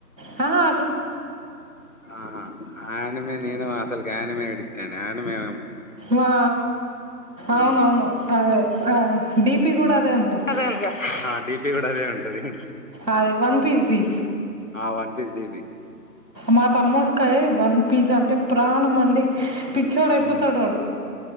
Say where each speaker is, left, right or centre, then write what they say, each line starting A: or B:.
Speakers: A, on the right (about 85°); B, on the left (about 50°).
A: హా
B: ఆహా ఆనిమే నేను అసలుకి ఆనిమే ఇ త నను మేం
A: వా అవునవును
B: ఉమ్
A: అదే డిపి కూడా అదే ఉందిగా
B: అదే ఉందిగా. ఆ డీపి కూడా అదే ఉంది. అదేమైంద్
A: ఆదే వన్ పీస్ దీ.
B: ఆ వన్ పీస్ డిపి
A: మా తముడ్కయి వన్ పిజ్జా అంటే ప్రాణం అండి. పిచ్చోడు అయిపోతాడు
B: హుహ్
A: వాడు